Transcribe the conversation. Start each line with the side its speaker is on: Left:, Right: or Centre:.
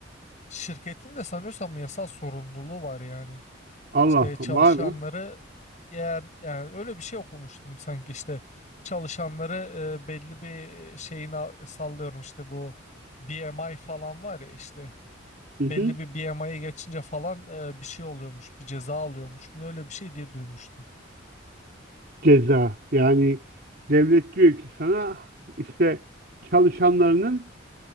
Left: şirketin de sanıyorsam yasal sorumluluğu var yani
Right: Allah
Left: işte çalışanları
Right: var mı?
Left: eğer yani öyle bir şey okumuştum sanki işte çalışanları e, belli bir şeyin sallıyorum işte bu B M I falan var ya işte
Right: Hı hı.
Left: belli bir BMI'ye geçince falan e, bir şey oluyormuş, bir ceza alıyormuş. mu, Öyle bir şey diye duymuştum.
Right: Ceza. Yani devlet diyor ki sana işte çalışanlarının